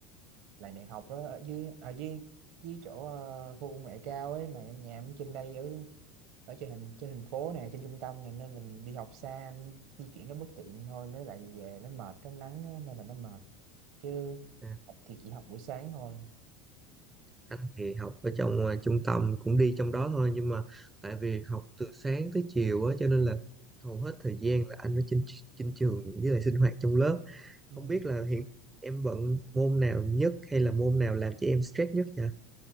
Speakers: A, on the right (about 65°); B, on the right (about 15°).
A: lại đại học á, ở dưới à, dưới dưới chỗ ờ, khu công nghệ cao ấy mà em nhà em ở trên đây ở ở trên thành trên thành phố này trên trung tâm này nên mình đi học xa di chuyển nó bất tiện thôi nó lại về nó mệt cái nắng á, nên là nó mệt chứ
B: À,
A: thì chỉ học buổi sáng thôi
B: anh thì học ở trong ờ, trung tâm cũng đi trong đó thôi nhưng mà tại vì học từ sáng tới chiều á cho nên là hầu hết thời gian là anh ở trên trên trường với lại sinh hoạt trong lớp. Không
A: ừ.
B: biết là hiện em bận môn nào nhất hay là môn nào làm cho em stress nhất nhỉ?